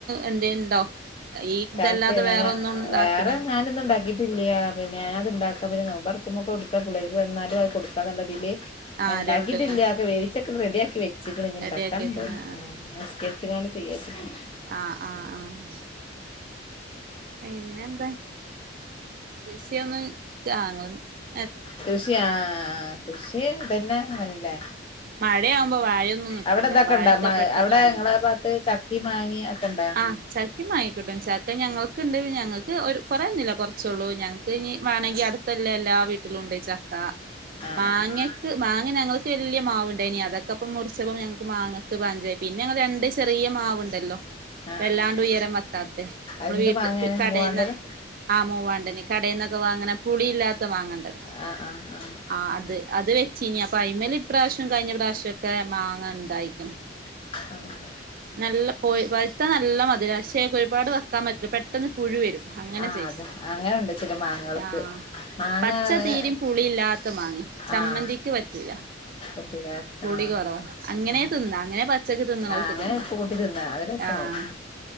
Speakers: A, on the right; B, on the left.
A: എന്തു ങ്കിലുണ്ടോ ഈ
B: ചാക്ക്
A: ഇതല്ലാതെ
B: ഞാന്
A: വേറെ ഒന്നും ഉണ്ടാക്കണ
B: വേറെ ഞാനൊന്നും മാഗിഉണ്ടാക്കി ഇല്ല പിന്നെ ഞാന അത്ണ്ടാക്ക പിന്നെനോമ്പ് തുറക്കുമ്പോക്കും അതു ടുക്കപിള്ളേര് വന്നാലും അത് കൊടുക്കാന്നുള്ള രീതിയില്
A: ആഹ്
B: ഉണ്ടാക്കിട്ടില്ല
A: രണ്ട് ആഹ്
B: ഒക്കെ വേവിച്ചൊക്കെ റെഡിയ ആക്കി വെച്ചിക്ണ് ഇനി
A: റെഡിയാക്കി
B: ഇണ്ടാക്കാണ്ട്
A: വെക്ക്ണ്
B: ഉം നിസ് കരിച്ചിക്കാണ്ട് ചെയ്യാച്ചിണ്ട
A: ആഹ് ആഹ് ആഹ് പിന്നെ എന്താ കൃഷിയൊന്ന് <unintelligible>
B: കൃഷിയ ആഹ് കൃഷിതന്നെ ഞാൻ പറഞ്ഞിലെ
A: മഴയാവുമ്പോ വാഴയൊന്നും നിക്കൂല
B: അവിടെ ഇതൊക്കെണ്ടാ
A: വാഴൊക്കെ
B: മ
A: പെട്ടെന്ന്
B: അവിടെ
A: ഒടിയും
B: നിങ്ങളെ ഭാഗത്ത് ചക്ക മാങ്ങിം ഒക്കെണ്ട
A: ആഹ് ചക്കയും മാങ്ങക്കിട്ടും ചക്ക അഹ ഞങ്ങൾക്ക്ണ്ട് ഞങ്ങൾക്ക് ഒരു കൊറൊന്നുമില്ല കുറച്ചുള്ളൂ ഞങ്ങക്ക് ഇനി വേണമെങ്കിൽ അടു ത്ത് എല്ലാ വീട്ടിലും ഉണ്ട് ചക്ക
B: ആഹ്
A: മാങ്ങി
B: ആഹ്
A: ക്ക് മാങ്ങ ഞങ്ങൾക്ക് വിലിയ മാവ് ഉണ്ടായിനി അതൊക്കെപ്പം മുറിച്ചപ്പോ ഞങ്ങക്ക് മാങ്ങക്ക് പൻഞ്ചയി പിന്നെ അങ്ങെ രണ്ട് ചെറിയ മാവുണ്ടല്ലോ
B: ആഹ്
A: വല്ലാണ്ട് ഉയരം വെക്കാത്ത നമ്മള്
B: എന്ത്
A: വീട്ടിൽ
B: മാങ്ങയാണ്
A: കടെന്ന്
B: മൂവാണ്ടന്
A: ആഹ് മുവാണ്ടൻ കടയിൽന്നൊക്കെ വാങ്ണ പുളിയില്ലാത്ത മാങ്ങണ്ടല്ലോ
B: ആഹ് ആഹ് ആഹ്
A: ആഹ് അത് അത് വെച്ചീനി അപ്പൊ അയിമേൽ ഇപ്രശ്യം കഴിഞ്ഞ പ്രാവശ്യം ഒക്കെ മാങ്ങാ ഉണ്ടായി ഉം
B: <inaudible>
A: നല്ല പഴുത്ത നല്ല മധുര പക്ഷേ ഒരുപാട് വയ്ക്കാൻ പറ്റില്ല പെട്ടെന്ന് പുഴു വരും അങ്ങനെ
B: ആഹ്
A: സയ്സ
B: അത് അങ്ങനെണ്ട് ചില മാങ്ങകൾക്ക്
A: ആഹ്
B: മാങ്ങ
A: പച്ച
B: അങ്ങനെ
A: തീരയും പുളില്ലാത്ത മാങ്ങ ചമ്മന്തി
B: ആഹ്
A: ക്ക് പറ്റുല
B: പറ്റൂല
A: പുളി
B: ആഹ്
A: കോറവാ അങ്ങനെ
B: ആഹ്
A: തിന്നാ അങ്ങനെ പച്ചക്ക് തിന്നോ
B: ആഹ് അങ്ങനെ
A: തിന്ന
B: കൂട്ടി തിന്നാ അത് രസാവും
A: ആഹ്